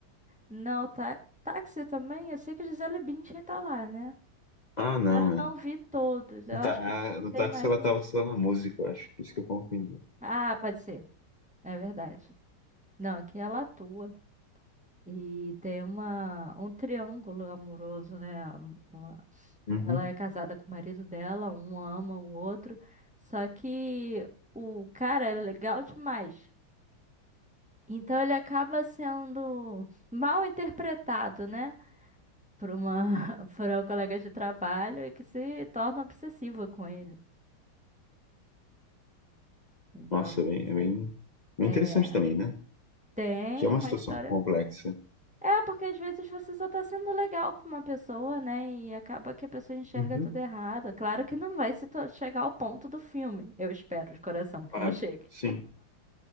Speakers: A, in the centre; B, on the left.
A: Não, tá. Táxi também, eu sei que Gisele Bündchen tá lá, né?
B: Ah,
A: Agora
B: não,
A: eu
B: é.
A: não vi todos. Eu
B: No, tá,
A: acho que
B: a- no
A: tem
B: táxi
A: mais
B: ela
A: de
B: tava
A: um.
B: só na música, eu acho. Por isso que eu confundi.
A: Ah, pode ser. É verdade. Não, aqui ela atua. E tem uma, um triângulo amoroso, né? Am- Uma-
B: Uhum.
A: ela é casada com o marido dela, um ama o outro. Só que o cara é legal demais. Então ele acaba sendo mal interpretado, né? Por uma, <laughs> por uma colega de trabalho que se torna obsessiva com ele. Então,
B: Nossa, é bem, é bem, bem
A: é,
B: interessante também, né?
A: tem
B: Que é uma
A: uma
B: situação
A: história.
B: complexa.
A: É, porque às vezes você só tá sendo legal com uma pessoa, né? E acaba que a pessoa enxerga
B: Uhum.
A: tudo errado. Claro que não vai se to- chegar ao ponto do filme. Eu espero de coração que
B: Claro.
A: não chegue.
B: Sim,